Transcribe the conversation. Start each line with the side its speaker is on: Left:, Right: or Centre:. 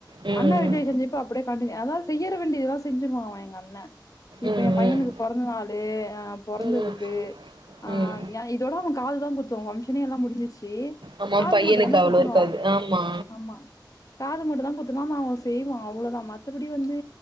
Right: ம் ம்
Left: அண்ணா ரிலேஷன்சிப் அப்படியே கன்டினுயு அதாவது செய்ய வேண்டியதெல்லாம் செஞ்சடுவன் எங்க என் இப்ப
Right: ம்
Left: என்
Right: ம்
Left: பையனுக்கு பிறந்த நாளு போறந்ததுக்கு
Right: ம்
Left: ஆஹ்
Right: ம்
Left: இதோட அவன் காதுதான் குத்துவோம் பங்ஷன் எல்லாம் முடிஞ்சிருச்சு
Right: ஆமா
Left: காது
Right: பையனுக்கு
Left: மட்டும் தானே
Right: அவ்ளோ
Left: குத்துனும்
Right: இருக்காது ஆமா
Left: ஆமா காது மட்டும் தான் குத்துனா அவன் செய்வான் அவ்வளவுதான் மத்தபடி வந்து